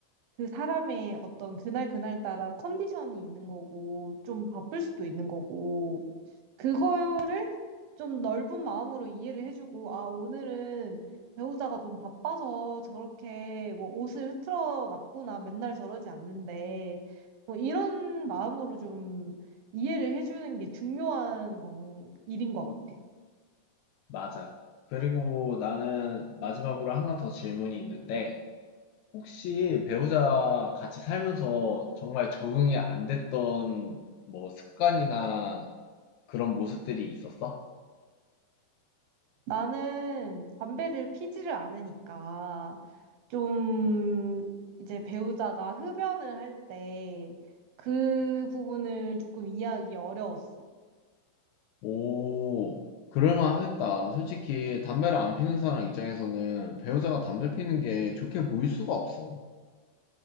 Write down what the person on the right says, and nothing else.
그 사람의 어떤 그날 그날 따라 컨디션이 있는 거고, 좀 바쁠 수도 있는 거고, 그거를 좀 넓은 마음으로 이해를 해주고, 아, 오늘은 배우자가 좀 바빠서 저렇게 뭐 옷을 흐트러 놨구나, 맨날 저러지 않는데, 뭐 이런 마음으로 좀 이해를 해주는 게 중요한 건, 일인 것 같아.
나는 담배를 피지를 않으니까 좀 이제 배우자가 흡연을 할 때 그 부분을 조금 이해하기 어려웠어.